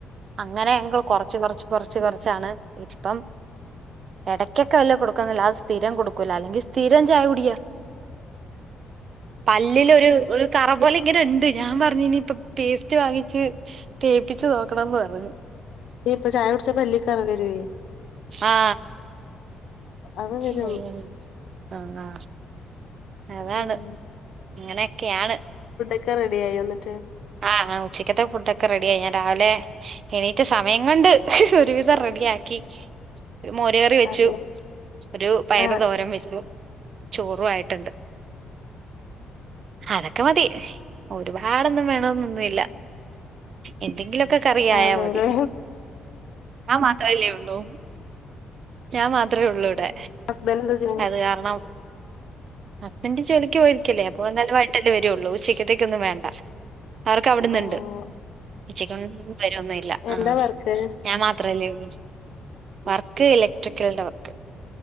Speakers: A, on the right; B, on the left.
A: അങ്ങനെ ഞങ്ങള് കൊറച്ച് കൊറച്ച് കൊറച്ച് കൊറച്ചാണ് ഇപ്പം എടയ്ക്കൊക്കെ വെല്ല കൊടുക്കുന്നില്ല അത് സ്ഥിരം കൊടുക്കൂല അല്ലെങ്കിൽ സ്ഥിരം ചായ കുടിയാ. പല്ലിൽ ഒരു ഒരു കറ പോലെ ഇങ്ങനെണ്ട് ഞാൻ പറഞ്ഞിനി ഇപ്പം പേസ്റ്റ് വാങ്ങിച്ച് തേപ്പിച്ച് നോക്കണംന്ന് പറഞ്ഞ്
B: ഞീപ്പം ചായ കുടിച്ചാ പല്ലി കറ വരുവേ
A: ആ
B: അത് വരും
A: ഉം ആ ആ അതാണ്.
B: ഉം
A: അങ്ങനെയൊക്കെയാണ്.
B: ഒക്കെ റെഡി ആയോന്നട്ട്?
A: ആ ആ ഉച്ചക്കത്തെ ഫുടൊക്കെ റെഡിയായി. ഞാൻ രാവിലെ എണീറ്റ് സമയം കൊണ്ട് ഒരു വിധം റെഡിയാക്കി. ക്ക് ഒരു മോര് കറി വെച്ചു.
B: അതെ
A: ഒരു പയറ്
B: ആ
A: തോരൻ വെച്ചു ചോറും ആയിട്ട്ണ്ട്. അതൊക്കെ മതി. ഒരുപാടൊന്നും വേണ വേണോന്നൊന്നില്ല. എന്തെങ്കിലുമൊക്കെ കറിയായാ
B: അതെല്ലേ
A: മതി. ഞാൻ മാത്രമല്ലേ ഒള്ളൂ. ഞാൻ മാത്രമേ ഒള്ളൂ ഇവിടെ.
B: ഹസ്ബൻഡ് എന്താ ചെയ്യണെ
A: അത് കാരണം അപ്പന്റെ ജോലി ക്ക് പോയിരിക്കല്ലേ അപ്പൊ വന്നാലും വൈകിട്ടല്ലേ വരുവൊള്ളൂ. ഉച്ചയ്ക്കത്തേക്കൊന്നും വേണ്ട. അവർക്ക് അവിടുന്നുണ്ട്.
B: ഓ
A: ഉച്ചക്കൊന്നും വരൊന്നുമില്ല.
B: എന്താ
A: ആ
B: വർക്ക്
A: ഞാൻ മാത്രല്ലേള്ളൂ വർക്ക് ഇലക്ട്രിക്കലിന്റെ വർക്ക്.